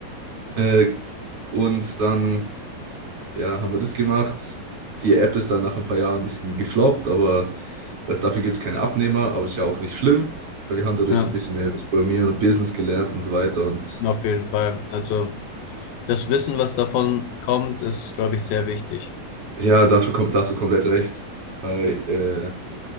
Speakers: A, on the right; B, on the left.
A: Äh, und dann ja, haben wir das gemacht. Die App ist dann nach ein paar Jahren ein bisschen gefloppt, aber also dafür gibt es keine Abnehmer, aber das ist ja auch nicht schlimm, weil wir haben dadurch
B: Ja,
A: so ein bisschen mehr über das Programmieren und Business gelernt und so weiter. Und
B: auf jeden Fall. Also das Wissen, was davon kommt, ist, glaube ich, sehr wichtig.
A: ja, dazu kommt, da hast du komplett recht. Weil,